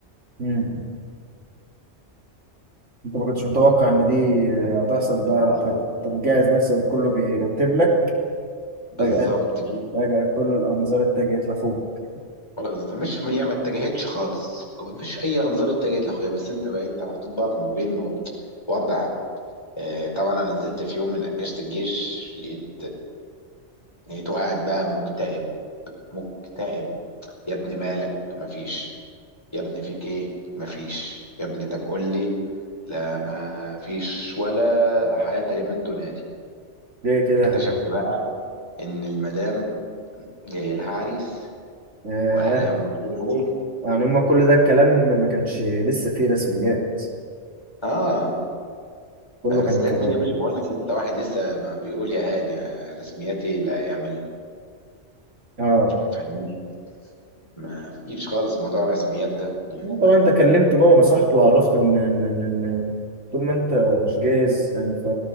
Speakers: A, on the right; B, on the left.
A: امم انت ما كنتش متوقع ان دي
B: جيت-
A: هتحصل بقى
B: اه
A: انت انت بتجهز نفسك كله بيرتب لك
B: بالظبط
A: فجأة
B: جيت
A: فجأة كل الانظار اتجهت لاخوك
B: بس مش هي ما اتجهتش خالص ما فيش اي انظار اتجهت لاخويا بس انت بقى انت محطوط بقى ما بين وضع آه، طبعا انا نزلت في يوم من اجازه الجيش لقيت لقيته قاعد بقى مكتئب مكتئب يا ابني مالك مفيش يا ابني فيك ايه مفيش يا ابني طب قول لي لا مفيش ولا حياة لمن تنادي
A: ليه كده
B: اكتشفت
A: يا غبي؟
B: بقى ان المدام جاي لها عريس
A: ياه
B: واهلها موافقين عليه
A: يعني هما كل ده الكلام ما كانش لسه فيه رسميات
B: اه
A: كله
B: رسميات
A: كان كلام
B: مين يا باشا بقول لك لسه واحد لسه ما بيقول يا هادي آه، رسميات ايه اللي هيعملها
A: اه
B: فاهمني ما فيش خالص موضوع الرسميات ده يعني
A: لا
B: ما
A: طبعا انت كلمته بقى ونصحته وعرفته ان ان ان إن طول ما انت مش جاهز انت